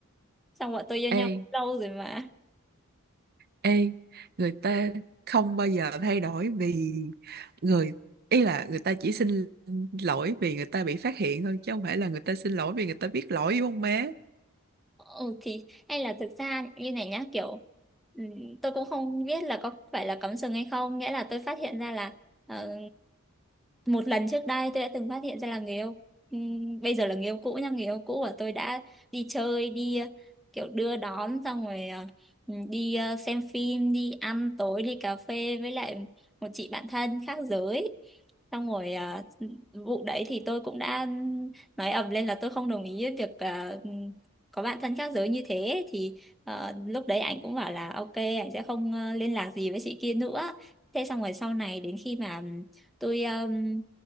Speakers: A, in the centre; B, on the right.
A: Xong bọn tôi yêu nhau
B: ê
A: cũng lâu rồi mà.
B: ê người ta không bao giờ thay đổi vì người ý là người ta chỉ xin lỗi vì người ta bị phát hiện thôi chứ không phải là người ta xin lỗi vì người ta biết lỗi đúng không má
A: Ừ thì hay là thực ra như này nhá kiểu ừ, tôi cũng không biết là có phải là cắm sừng hay không nghĩa là tôi phát hiện ra là ờ, một lần trước đây tôi đã từng phát hiện ra là người yêu ừ, bây giờ là người yêu cũ nha người yêu cũ của tôi đã đi chơi đi ờ, kiểu đưa đón xong rồi ờ, ừ, đi ờ, xem phim đi ăn tối đi cà phê với lại một chị bạn thân khác giới xong rồi ờ, vụ đấy thì tôi cũng đã nói ầm lên là tôi không đồng ý việc ờ, có bạn thân khác giới như thế thì ờ, lúc đấy anh cũng bảo là ok anh sẽ không ờ, liên lạc gì với chị kia nữa thế xong rồi sau này đến khi mà ừm, tôi ừm,